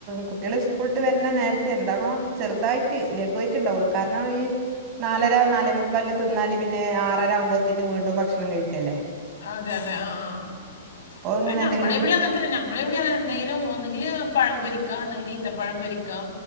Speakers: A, on the right (about 30°); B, on the left (about 70°).
A: കുട്ടിയാൾ സ്ക്കൂൾട്ട് വെര്ന്ന നേര്ത്ത് എന്താണോ ചെറ്തായി ട്ട് ലഘുവായിറ്റ് ഇണ്ടാവൊള്ളു കാര്ണം ഈ നാലെര നാലെമുക്കാൽന് തിന്നാല് പിന്നെ ആറെര ആവുമ്പോത്തിന് വീണ്ടും ഭക്ഷണം കഴിക്ക അല്ലെ
B: അതെ അതെ ആഹ് ആഹ്
A: ഇങ്ങനെ
B: അഹ് നമ്മളെ
A: എന്തെങ്കിലും
B: ഇവിടിം അങ്ങെന് ത്തെരം നമ്മളെ ഇവ്ടിം അങ്ങനെ എന്തെങ്കിലും ഒന്നെങ്കിൽ പഴം പൊരിക്കാ അന്നെങ്കിൽ ഈത്തപ്പഴം പൊരിക്കാ